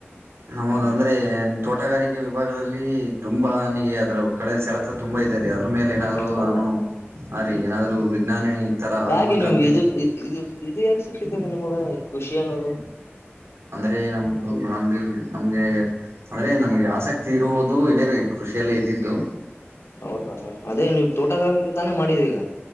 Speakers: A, on the right (about 75°); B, on the left (about 85°).
A: ನಮ್ಮದಂದ್ರೆ
B: ಹ್ಮ್
A: ಏನ್ ತೋಟಗಾರಿಕೆ ವಿಭಾಗದಲ್ಲಿ ತುಂಬಾ ನನಗೆ ಅದ್ರ ಕಡೆ ಸೆಳೆತ ತುಂಬಾ ಇದೆ ರೀ. ಮೇಲೆ ಏನಾದ್ರು
B: ಹೌದಾ
A: ನಾನು ಹ
B: ಹ್ಮ್
A: ರೀ ಏನಾದ್ರು ವಿಜ್ಞಾನಿ ಈ ತರ ಆಗ್ಬೇಕಂತ
B: ಯಾಕೆ ನಿಮ್ಗೆ
A: ಇದೀನಿ
B: ಇದು ಇದು ಇದು ಯಾಕೆ ಸಿಕ್ಕಿದ ನಿಮಗ ಖುಷಿ ಅನ್ನೋದು.
A: ಅಂದ್ರೆ ನಮ್
B: ಹ್ಮ್
A: ನಮ್ದು ನಮ್ಗೆ ಅಂದ್ರೆ ನಮ್ಗೆ ಆಸಕ್ತಿ ಇರುವು ಅದು ಇದೆ ರೀ. ಕೃಷಿಯಲ್ಲೇ ಇದ್ದಿದ್ದು
B: ಹೌದಾ ಅದೇ ನೀವು ತೋಟಗಾರಿಕೆ ತಾನೇ ಮಾಡ್ ಈದೀಗ.